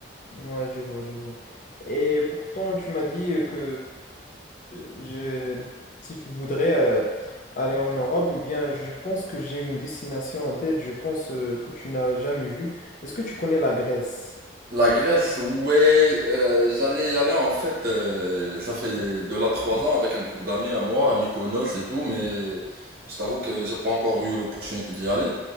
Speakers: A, on the left; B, on the right.
A: Ouais, je vois, je vois. Et pourtant, tu m'as dit que euh, je, si tu voudrais euh, aller en Europe, eh bien, je pense que j'ai une destination en tête, je pense euh, que tu n'as jamais vue. Est-ce que tu connais la Grèce?
B: La Grèce, ouais, euh, j'allais y aller en fait, euh, ça fait de là trois ans avec un groupe d'amis à moi, à Mykonos et tout, mais je t'avoue que j'ai pas encore eu l'opportunité d'y aller.